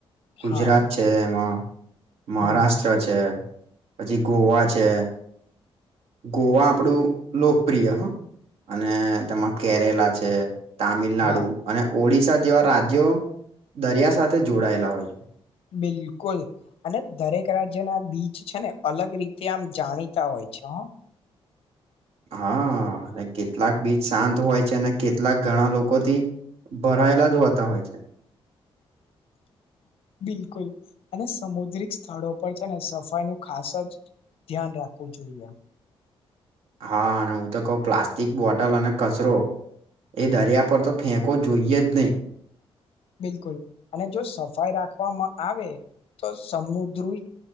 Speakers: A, on the right; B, on the left.
A: ગુજરાત
B: હા
A: છે એમાં મહારાષ્ટ્ર
B: હમ
A: છે, પછી ગોવા છે ગોવા આપણું લોકપ્રિય હ અને તમાં કેરેલા છે તામિલનાડુ
B: હા
A: અને ઓડિશા જેવા રાજ્યો દરિયા સાથે જોડાયેલા હોય છે.
B: બિલકુલ અને દરેક રાજ્યના બીચ છે ને અલગ રીતે આમ જાણીતા હોય. ઈચ્છા.
A: હા અને કેટલાક બીચ શાંત હોય છે અને કેટલાક ઘણા લોકોથી ભરાયેલા જ હોતા હોય છે.
B: હ બિલકુલ અને સમુદ્રિક સ્થળો પર છે ને સફાઈ નું ખાસ અજ ધ્યાન રાખવું જોઈએ.
A: હા અને હું તો કઉ પ્લાસ્ટિક બોટલ અને કચરો એ દરિયા પર તો ફેંકો જોઈએ જ નહીં.
B: બિલકુલ અને જો સફાઈ રાખવામાં આવે તો સમુદ્રી